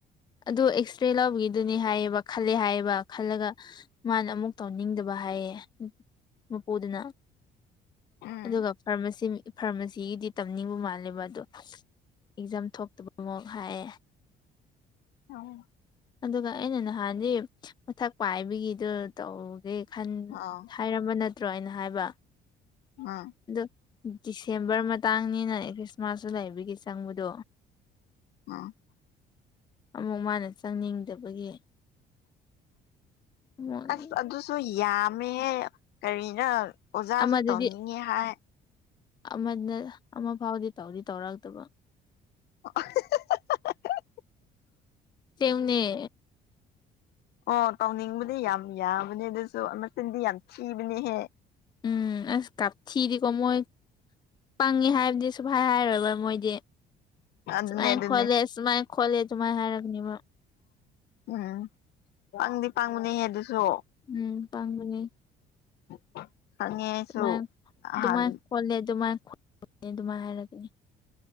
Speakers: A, on the left; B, on the left.
A: ꯑꯗꯨ ꯑꯦꯛꯁ ꯔꯦ ꯂꯧꯕꯒꯤꯗꯨꯅꯦ ꯍꯥꯏꯌꯦꯕ ꯈꯜꯂꯦ ꯍꯥꯏꯌꯦꯕ ꯈꯜꯂꯒ ꯃꯥꯅ ꯑꯃꯨꯛ ꯇꯧꯅꯤꯡꯗꯕ ꯍꯥꯏꯌꯦ ꯃꯄꯨꯗꯨꯅ
B: ꯎꯝ
A: ꯑꯗꯨꯒ ꯐꯥꯔꯃꯥꯁꯤ ꯃꯤ ꯐꯥꯔꯃꯥꯁꯤꯒꯤꯗꯤ ꯇꯝꯅꯤꯡꯕ ꯃꯥꯜꯂꯦꯕ ꯑꯗꯣ ꯑꯦꯛꯖꯥꯝ ꯊꯣꯛꯇꯕ ꯃꯨꯛ ꯍꯥꯏꯌꯦ
B: ꯑꫭ
A: ꯑꯗꯨꯒ ꯑꯩꯅ ꯅꯍꯥꯟꯗꯤ ꯃꯊꯛ ꯄꯥꯏꯕꯒꯤꯗꯨ ꯇꯧꯒꯦ ꯈꯟ
B: ꯑꯥ
A: ꯍꯥꯏꯔꯝꯕ ꯅꯠꯇ꯭ꯔꯣ ꯑꯩꯅ ꯍꯥꯏꯕ
B: ꯑ
A: ꯑꯗꫭ ꯗꯤꯁꯦꯝꯕꯔ ꯃꯇꯥꯡꯅꯤꯅꯅꯦ ꯈ꯭ꯔꯤꯁꯃꯥꯁꯁꯨ ꯂꯩꯕꯒꯤ ꯆꯪꯕꯗꯣ
B: ꯎꯝ
A: ꯑꯃꯨꯛ ꯃꯥꯅ ꯆꯪꯅꯤꯡꯗꯕꯒꯤ ꯑꯃꯨꯛ
B: ꯑꯁ ꯑꯗꯨꯁꯨ ꯌꯥꯝꯃꯦꯍꯦ ꯀꯔꯤꯅ ꯑꯣꯖꯥꯁꯨ
A: ꯑꯃꯗꯗꯤ
B: ꯇꯧꯅꯤꯡꯉꯦ ꯍꯥꯏ
A: ꯑꯃꯅ ꯑꯃ ꯐꯥꯎꯗꯤ ꯇꯧꯗꯤ ꯇꯧꯔꯛꯇꯕ
B: <unintelligible>
A: ꯁꯦꯡꯕꯅꯦ
B: ꯑꯣ ꯇꯧꯅꯤꯡꯕꯗꯤ ꯌꯥꯝ ꯌꯥꯕꯅꯦ ꯑꯗꯨꯁꯨ ꯃꯆꯤꯟꯗꯤ ꯌꯥꯝ ꯊꯤꯕꯅꯦꯍꯦ
A: ꯎꯝ ꯑꯁ ꯀꯥꯞꯊꯤꯗꯤ ꯀꫭ ꯃꯣꯏ ꯄꯪꯉꯤ ꯍꯥꯏꯕꯗꯤ ꯁꯨꯞ ꯍꯥꯏ ꯍꯥꯏꯔꯣꯏꯕ ꯃꯣꯏꯗꯤ
B: ꯑꯗꯨꯅꯦ
A: ꯁꯨꯃꯥꯏ
B: ꯑꯗꯨꯅꯦ
A: ꯈꫭꯠꯂꯦ ꯁꯨꯃꯥꯏꯅ ꯈꫭꯠꯂꯦ ꯁꯨꯃꯥꯏꯅ ꯍꯥꯏꯔꯛꯅꯦꯕ
B: ꯎꯝ ꯄꯪꯗꯤ ꯄꯪꯕꯅꯦꯍꯦ ꯑꯗꯨꯁꯨ
A: ꯎꯝ ꯄꯥꯡꯕꯅꯦ
B: <inaudible> ꯑꯩꯁꯨ
A: ꯑꯗꯨꯃꯥꯏꯅ
B: ꯅꯍꯥꯟ
A: ꯑꯗꯨꯃꯥꯏꯅ ꯈꯣꯠꯂꯦ ꯑꯗꯨꯃꯥꯏꯅ ꯈꯣꯠꯅꯤ ꯑꯗꯨꯃꯥꯏ ꯍꯥꯏꯔꯒꯅꯤ